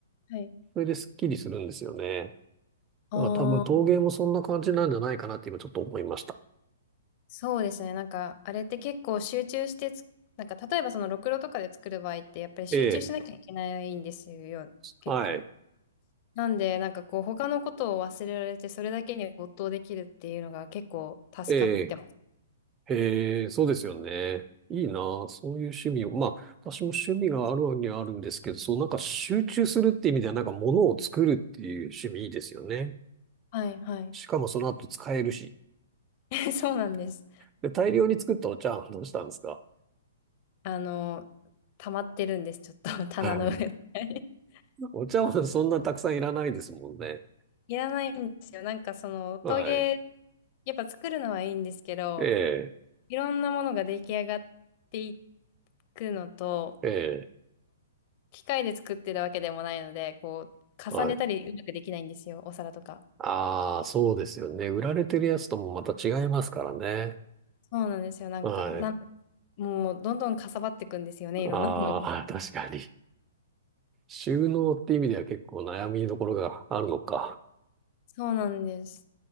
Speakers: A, on the left (about 40°); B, on the right (about 20°).
A: はい
B: それですっきりするんですよね。
A: ああー
B: だから多分陶芸もそんな感じなんじゃないかなって今ちょっと思いました。
A: そうですね。なんか、あれって結構集中してつ、なんか、例えばその、ろくろとかで作る場合って、やっぱり集中しなきゃいけないんですよ、
B: ええ。
A: 結構。
B: はい。
A: なんで、なんかこう、他のことを忘れられて、それだけに没頭できるっていうのが結構助かってます。
B: ええ。へえ、そうですよね。いいなあそういう趣味を。まあ、私も趣味があるにはあるんですけど、そう、なんか集中するって意味では、なんか物を作るっていう趣味いいですよね。
A: はい、はい。
B: しかもその後使えるし。
A: <laughs> そうなんです。
B: で、大量に作ったお茶碗どうしたんですか
A: あの、溜まってるんです、ちょっと、<laughs> 棚の上で。
B: はい
A: <laughs>
B: お茶碗そんなたくさんいらないですもんね。
A: いらないんですよ。なんかその、陶芸、
B: はい。
A: やっぱ作るのはいいんですけど、
B: ええ、
A: いろんなものが出来上がっていくのと、
B: ええ、
A: 機械で作ってるわけでもないので、こう、重ねたりうまくできないんですよ、
B: はい。
A: お皿とか。
B: ああ、そうですよね。売られてるやつともまた違いますからね。
A: そうなんですよ。なんか、
B: はい。
A: なん、もう、どんどんかさばっていくんですよね、いろんなものが。
B: ああ、確かに。収納って意味では結構悩みどころがあるのか。
A: そうなんです。